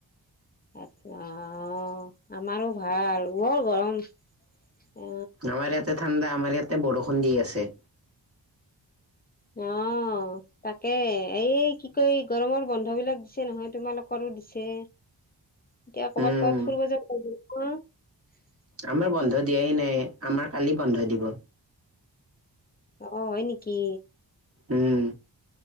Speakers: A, on the left (about 20°); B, on the right (about 30°).
A: অ', আমাৰো ভাল, বৰ গৰম। অ
B: আমাৰ ইয়াতে ঠাণ্ডা, আমাৰ ইয়াতে বৰষুণ দি আছে।
A: অ', তাকে, এই কি কয় গৰমৰ বন্ধ বিলাক দিছে নহয় তোমালোকৰ? দিছে, এতিয়া কৰ'বাত
B: উম,
A: ক'ৰবাত ফুৰিব যাব <unintelligible>
B: আমাৰ বন্ধ দিয়াই নাই, আমাৰ কালি বন্ধ দিব।
A: অ', হয় নেকি?
B: উম,